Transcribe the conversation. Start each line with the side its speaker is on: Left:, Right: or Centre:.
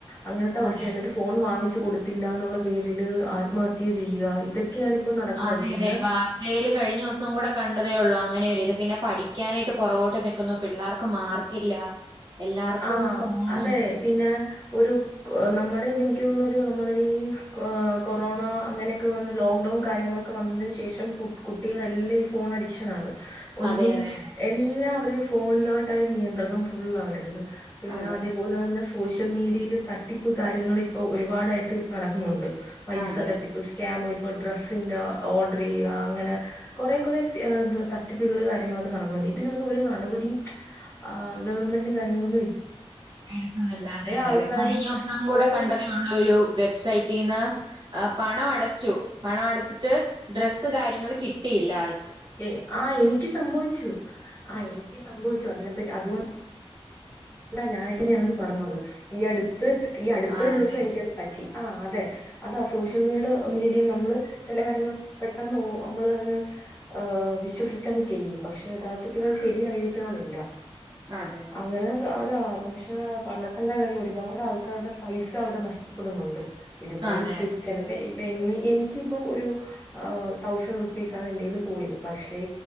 Left: അങ്ങനത്തെ അവസ്ഥ
Right: അതെ
Left: എന്നിട്ട് ഫോൺ വാങ്ങി കൊടുത്തില്ല ന്ന പേരില് ആത്മഹത്യ ചെയ്യുക ഇതൊക്കെയാണ്
Right: ചെയ്യുന്നു
Left: ഇപ്പോ നടക്കുന്നത്.
Right: അതെ
Left: പിന്നെ
Right: അതെ വാർത്തൽ കഴിഞ്ഞ ദിവസം കൂടെ കണ്ടതേ ഉള്ളൂ അ അങ്ങനെയൊ ഇത് പിന്നെ പഠിക്കാനായിട്ട് പുറകോട്ട് നിക്കുന്നു പിള്ളേർക്ക് മാർക്കില്ല. എല്ലാർക്കും
Left: ആഹ
Right: ഫോണും
Left: അതെ പിന്നെ ഒരു നമ്മുടെ എനിക്ക് തോനുന്നു ഒരു നമ്മുടെ ഈ കൊറോണ അങ്ങനെയൊക്കെ വന്ന് ലോക്ക്ഡൌൺ ഫോൺ കാര്യങ്ങളൊക്കെ വന്നതിൻ ശേഷം കുട്ടികളെല്ലാം ഈ ഫോൺ അഡിക്ഷൻ ആണ്. ഒന്നും
Right: അതെ അതെ അതെ
Left: എല്ലാം അവര ഫോണിലോട്ടായി നിയന്ത്രണം ഫുൾ അവരുടത്. പിന്നെ
Right: അതെ
Left: അതേപോലെ തന്നെ സോഷ്യ സോഷ്യൽ മീഡിയയിൽ തട്ടിപ്പ് കാര്യങ്ങൾ ഇപ്പോൾ ഒരുപാടായിട്ട് നടക്കുന്നുണ്ട്. പൈസ
Right: അതെ
Left: തട്ടിപ്പ് സ്കാമയി് ഇപ്പ ഡ്രസ്സിന്റെ ഓർഡർ ചെയ്യുക അങ്ങനെ കുറേ കുറെേ എ തട്ടിപ്പുകൾ കാര്യങ്ങളൊക്കെ നടക്ക ഇതിനൊന്ന ഒരു നടപടിയും ആ ഗവൺമെന്റും കാര്യങ്ങളൊ
Right: എടുക്കുന്നില്ല അതെ അതെ
Left: ആൾക്കാര്
Right: അതെ കഴിഞ്ഞ ദിവസം കൂടെ
Left: ഓ
Right: കണ്ടതേ ഉള്ളൂ ഒരു വെബ്സൈറ്റീന്ന് ആ പണം അടച്ചു പണം അടച്ചിട്ട് ഡ്രസ്സ് കാര്യങ്ങൾ കിട്ടിയില്ല ആൾ
Left: ഏ ആ് എനിക്ക് സംഭവിച്ചു ആ് എനിക്ക് സംഭവിച്ചു അതിനെപ്പറ്റി അതുകൊണ്ട് എന്താ ഞൻ ഞാനത് പറഞ്ഞത് ഈ അടുത്ത് ഈ അടുത്തൊരു
Right: ആണല്ലേ
Left: ദിവസം എനിക്കത് പറ്റി. ആ അതെ അതാ സോഷ്യൽ മീഡ മീഡ നമ്മൾ ചില കാര്യങ്ങൾ പെട്ടെന്ന് നമ്മള ങ് വിശ്വസിച്ച് അങ്ങ് ചെയ്യും പക്ഷെ യഥാർത്ഥത്തിൽ അത് ശരിയായിരിക്കണമെന്നില്ല.
Right: അതെ.
Left: അങ്ങനെ സ- അതാ പക്ഷെ പഞ്ഞിട്ടെന്ത കാര്യം ഒരുപാട് ആൾക്കാരുടെ പൈസ അവിടെ നഷ്ടപ്പെടുന്നുണ്ട്. ഇതിപ്പം
Right: അതെ അതെ
Left: തു ചിലപ്പോ എനിക്കിപ്പോ ഒരു തൗസൻ് റുപ്പീസാണ് എന്റെന്ന് പോയത് പക്ഷേ